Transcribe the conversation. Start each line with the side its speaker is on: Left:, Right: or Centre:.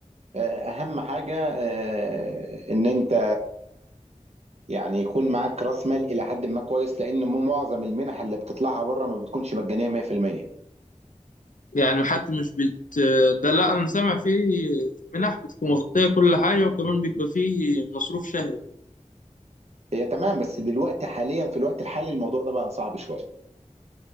Right: آه، اهم حاجه آه، ان انت يعني يكون معاك راس مال الى حد ما كويس لان مو معظم المنح اللي بتطلعها بره ما بتكونش مجانيه 100%
Left: يعني حتى مش بت ده لا أنا سامع فيه منح بتبقى مغطية كل حاجة وكمان بيبقى فيه مصروف شهري
Right: هي تمام بس دلوقتي حاليا في الوقت الحالي الموضوع ده بقى صعب شويه